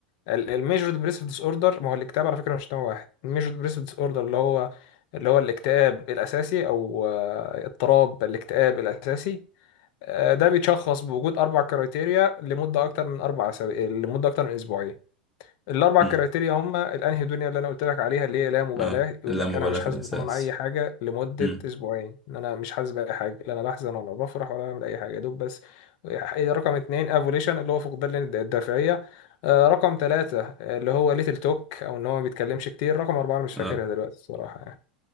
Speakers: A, on the left; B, in the centre.
A: الميجور ديبريسيف ديس اوردر ما هو الاكتئاب على فكره مش نوع واحد الميجور ديبريسيف ديس اوردر اللي هو اللي هو الاكتئاب الاساسي او آه، اضطراب الاكتئاب الاساسي آه، ده بيتشخص بوجود اربع كرايتيريا لمده اكتر من اربع أسابيع لمده اكتر من اسبوعين الاربع
B: امم
A: كرايتيريا هم الانهيدونيا اللي انا قلت لك عليها اللي هي لا مبالاه
B: اه
A: يقول
B: اللامبالاه
A: لك انا مش
B: في
A: حاسس
B: الاحساس
A: بطعم اي حاجه لمده
B: امم
A: اسبوعين ان انا مش حاسس باي حاجه لا انا بحزن ولا بفرح ولا بعمل اي حاجه يا دوب بس إيه، رقم اتنين افوليشن اللي هو فقدان للد- الدافعيه آه، رقم ثلاثة اللي هو ليتل توك او ان هو ما بيتكلمش كتير رقم أربعة انا مش فاكرها
B: اه
A: دلوقتي الصراحه يعني